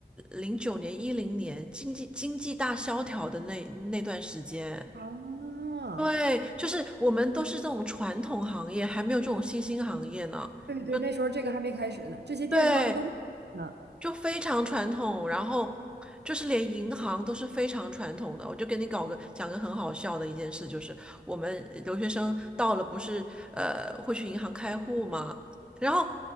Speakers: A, in the centre; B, on the right.
A: 零九年一零年经济经济大萧条的那那段时间，
B: 啊，
A: 对，就是我们都是这种传统行业，还没有这种新兴行业呢。
B: 对对，
A: 就
B: 那时候这个还没开始呢，这些电商都没呢。
A: 对，就非常传统，然后就是连银行都是非常传统的。我就跟你搞个讲个很好笑的一件事，就是我们留学生到了不是呃会去银行开户吗？然后